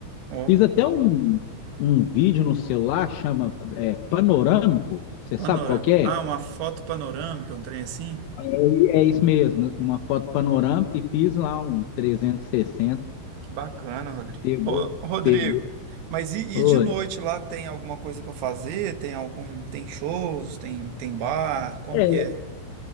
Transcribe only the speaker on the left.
Eu Fiz até um, um vídeo no celular, chama é, Panorâmico, você
sabe qual que é?
E É isso mesmo, uma foto panorâmica e fiz lá um 360,
pegou,
pegou.
Oi.
É,